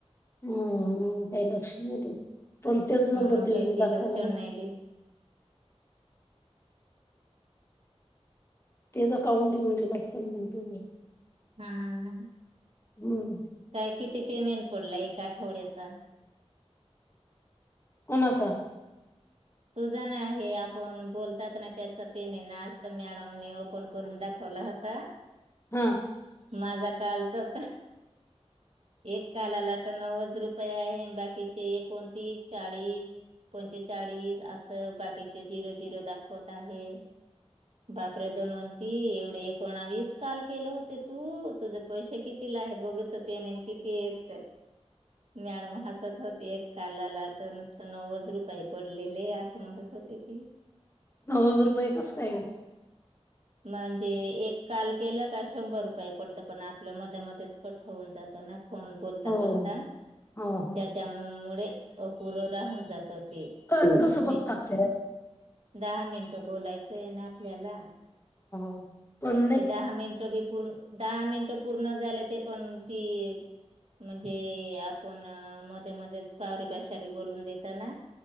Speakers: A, on the left; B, on the right.
A: हम काही लक्ष नाही देत पण तेच नंबर
B: म्हणून
A: देऊन
B: काही
A: देत
B: ती
A: असताना
B: लक्षण
A: मग
B: नाही दिल
A: तेच अकाउंट देऊन गेत असताना म्हणतो मी
B: हम्
A: हम्म
B: काय किती पेमेंट पडला एक आठवड्याचा
A: कोणाचा
B: तुझ ना हे आपण बोलतात ना त्याच पेमेंत मॅडम ओपन करून दाखव कलाहता
A: हा
B: माझा कालच तर एक कालाला तर नव्वद रुपये आहे बाकीचे एकोणतीस चाळीस पं चाळीस असं बाकीचे झिरो झिरो दाखवत आहे बापरे! दोनवती एवढे एकोणावीस काल केलं होते तू तुझे पैसे किती? आहे बघत पेमेन किती? येतं मॅडम हसत होते. एक कालाला तर नुसतं नव्वद रुपये पडले. ले असं म्हणत होते ती
A: नवज रुपये कसं काय का?
B: म्हणजे एक काल केलं का शंभर रुपये पडतं. पण आपल्या मध्ये मध्येच कट होऊन जातं ना फोन बोलता
A: हो
B: बोलता
A: हो हो
B: त्याच्या मुळे अपुर राहून जात. प ते
A: क- कसं
B: मी
A: बघतात ते
B: दहा मिनिटं बोलायचं आहे. ना आपल्याला
A: <inaudible>
B: ते दहा मिनिटं बी पूर्ण दहा मिनटं पूर्ण झाले. ते पण पी म्हणजे आपण मध्ये मध्येच पावरी भाषा बी बोलून दताना